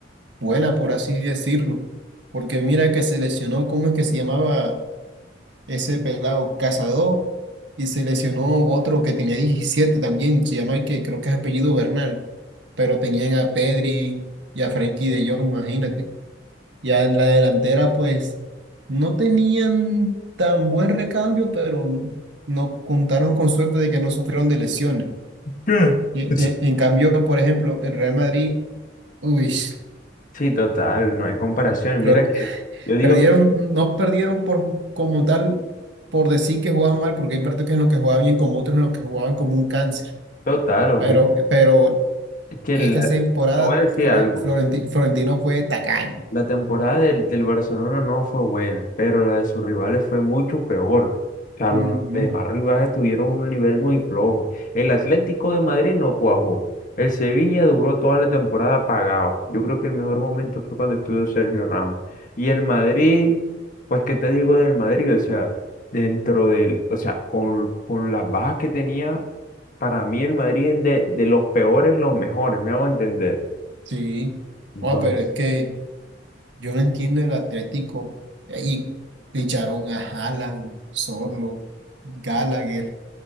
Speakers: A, on the right (about 70°); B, on the left (about 50°).
A: buena, por así decirlo. Porque mira que se lesionó, ¿cómo es que se llamaba ese pelado? Cazador. Y se lesionó otro que tenía 17 también, se llama, que creo que es apellido Bernal. Pero tenían a Pedri y a Frenkie de Jong, imagínate. Ya en la delantera, pues, no tenían tan buen recambio, pero no contaron con suerte de que no sufrieron de lesiones.
B: Eh,
A: Y,
B: eso-
A: en en cambio, por ejemplo, el Real Madrid, uy,
B: Sí, total, no hay comparación.
A: Flor-
B: Mira que yo digo
A: Perdieron,
B: que
A: no perdieron por, como tal por decir que jugaban mal, porque hay partidos en los que jugaban bien, como otros en los que jugaban como un cáncer.
B: total, horrible.
A: Pero, pero
B: Es que
A: esta
B: la-
A: temporada
B: te voy a decir
A: Flore-
B: algo.
A: Florenti- Florentino fue tacaño.
B: La temporada del, del Barcelona no fue buena, pero la de sus rivales fue mucho peor. O sea,
A: Ujú.
B: los demás rivales tuvieron un nivel muy flojo. El Atlético de Madrid no cuajó. El Sevilla duró toda la temporada apagado. Yo creo que el mejor momento fue cuando estuvo Sergio Ramos. Y el Madrid, pues, ¿qué te digo del Madrid? O sea, dentro del, o sea, con, con las bajas que tenía, para mí el Madrid es de, de los peores, los mejores, me hago entender.
A: Sí,
B: Entonces,
A: Oh, pero es que yo no entiendo el Atlético. Eh, Y ficharon a Haaland, Sorlo, Gallagher,